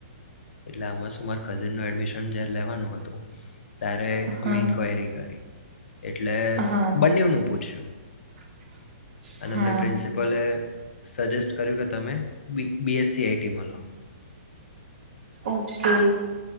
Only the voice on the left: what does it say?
એટલે આમાં શું મારે કઝિનનું એડમિશન જયાર લેવાનું હતું ત્યારે
અમે ઇન્ક્વાયરી કરી. એટલે
બંનેવનું પૂછ્યું.
અને
અમને પ્રિન્સિપલે સજેસ્ટ કર્યું કે તમે B B S C IT માં લો.